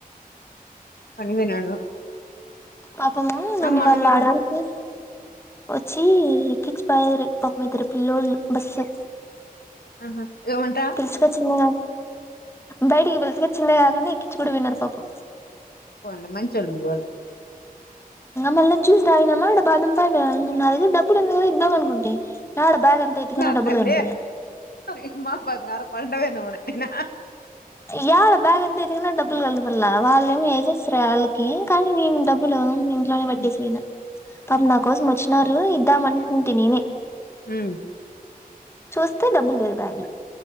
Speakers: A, on the left; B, on the left.
A: పనికి పోయినాడు
B: పాపమూ నన్ను
A: మొన్న
B: వాళ్ళు
A: మీ
B: ఆడకు
A: పెద్ద
B: వచ్చి పిచ్ పయరి పమ్ ఇద్దరు పిల్ల్లోళ్ళలు బస్సు
A: ఆహా ఏముంటా
B: పిలుచుకొచ్చింది కదా బయటికి పిలుచుకొచ్చింది కాకుండా ఎక్కించి కూడా పోయినాడు పాపం
A: పోన్లే మంచోళ్ళు మీ వోళ్ళు
B: మల్ళ జ్యూస్ తాగినమ్మాక్కడ బాం పయ నా దగర డబ్బులు ఎందు కదా ఇద్దాం అనుకుంటే బ్యాగ్ అంతా ఎతికినా
A: నా
B: డబ్బులు
A: తల్లి
B: కనపడలే
A: ఇమ్మా బంగారు పండవను తిన్నావా
B: యాల బ్యాగ్ అంత వెతికినా డబ్బులు డబ్బులు కల వల్ల వాళ్ళ ఏమమి వసేస్తారు వాళ్ళకి కానీ దీని డబ్బులు ఇంట్లోనే పెట్టేసి
A: హ్మ్
B: పోయిన పాపము నా కోసం వచ్చినారు దమనుకుంటిని
A: మ్
B: చూస్తే డబ్బులు లేవు, బెగ్ల